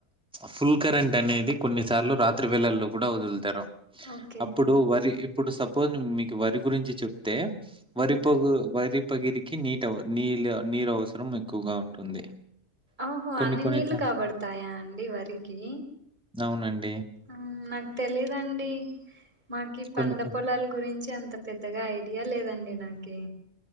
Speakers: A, in the centre; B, on the right (about 35°).
A: ఫుల్ కరెంట్ అనేది కొన్నిసార్లు రాత్రి వేళల్లో కూడా వదులుతారు
B: ఓకే
A: అప్పుడు వరి ఇప్పుడు సపోజ్ మీకు వరి గురించి చెప్పితే
B: మ్మ్
A: వరిపోగు వరి ఉపగిరికి నీటి నీ నీరు అవసరం ఎక్కువగా ఉంటుంది
B: ఓహో
A: కొన్ని
B: అన్ని
A: కొన్ని
B: నీళ్లు
A: సా
B: కాబడతాయా అండి వరికి
A: అవునండి
B: ఆ నాకు తెలియదండి మాకు పంట
A: కొన్ని కొ
B: పొలాల గురించి అంత అంత పెద్దగా ఐడియా లేదండి నాకి